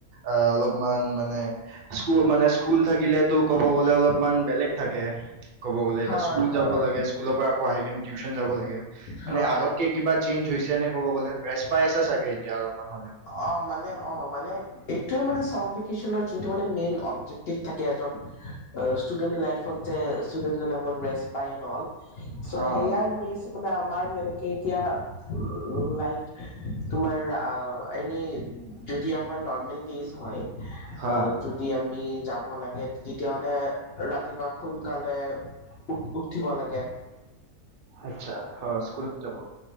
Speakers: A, on the right; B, on the left.
A: অ অলপমান মানে স্কুলত মানে স্কুল থাকিল ক'ব গ'লে অলপমান বেলেগ থাকে ক'ব গ'লে এতিয়া
B: হয়
A: স্কুল
B: হয়
A: যাব লাগে স্কুলৰ পৰা আকৌ আহিকিনে টিউছন যাবা লাগে
B: হয়
A: মানে আগতকে কিবা চেঞ্জ হৈছে নে ক'ব গ'লে ৰেষ্ট পাই আছা চাগে এতিয়া অলপমান হলেও
B: অ মানে অ মানে এইটোয়ে মানে চামাৰ ভেকেচনৰ যোনটো মানে মেইন থিক থাকে এজন ষ্টুডেন্ট লাইফত যে ষ্টুডেন্টজন ৰেষ্ট পায় এন অল চ'
A: অ',
B: সেইয়াই
A: অ', অ',
B: হৈছে মানে আমাৰ যেনেকে এতিয়া উম লাইক তোমাৰ আহ এনেই যদি আমাৰ নৰ্মেল ডিজ হয়
A: হা,
B: যদি আমি যাব লাগে তেতিয়াহ'লে ৰাতিপুৱা সোনকালে উ উঠিব লাগে
A: আচ্ছা অ স্কুলত যাব